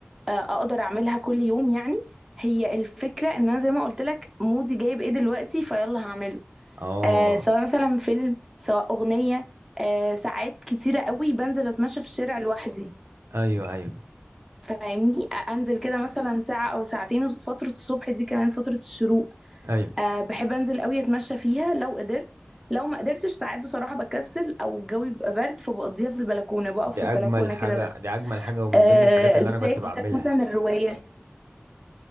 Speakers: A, in the centre; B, on the right.
A: آه، اقدر اعملها كل يوم يعني هي الفكره ان انا زي ما قلت لك مودي جايب ايه دلوقتي فيلا هعمله
B: اه
A: آه سواء مثلا فيلم سواء اغنيه آه ساعات كتيره قوي بنزل اتمشى في الشارع لوحدي
B: ايوه ايوه
A: فاهمني آه، انزل كده مثلا ساعه او ساعتين فتره الصبح دي كمان فتره الشروق
B: ايوه
A: أه بحب انزل قوي اتمشى فيها لو قدرت لو ما قدرتش ساعات بصراحه بكسل او الجو بيبقى برد فبقضيها في البلكونه بقف
B: دي
A: في
B: اجمل
A: البلكونه
B: حاجه
A: كده بس
B: دي اجمل حاجه ومن
A: أه
B: ضمن الحاجات اللي
A: زي
B: انا كنت
A: ما
B: بعملها
A: قلت لك مثلا الروايه